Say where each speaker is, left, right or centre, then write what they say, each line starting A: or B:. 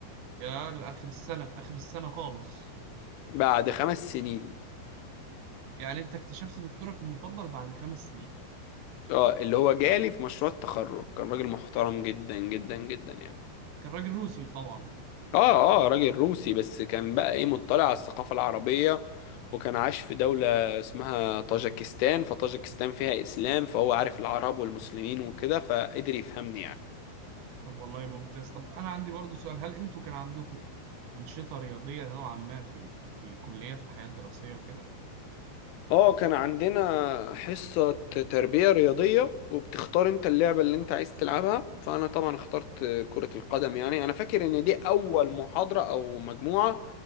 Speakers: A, on the right; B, on the left.
A: يا لآخر السنة في آخر السنة خالص
B: بعد خمس سنين
A: يعني انت اكتشفت دكتورك المفضل بعد خمس سنين
B: اه اللي هو جالي في مشروع التخرج كان راجل محترم جدا جدا جدا يعني
A: كان راجل روسي طبعا
B: اه اه راجل روسي بس كان بقى ايه مطلع على الثقافة العربية وكان عاش في دولة اسمها طاجكستان فطاجكستان فيها إسلام فهو عارف العرب والمسلمين وكده فقدر يفهمني يعني
A: طب والله ممتاز طب انا عندي برضو سؤال هل انتوا كان عندكم انشطه رياضيه نوعا ما في ال... في الكليه في الحياه الدراسيه وكده
B: اه كان عندنا حصة تربية رياضية وبتختار انت اللعبة اللي انت عايز تلعبها فانا طبعا اخترت كرة القدم يعني انا فاكر ان دي اول محاضرة او مجموعة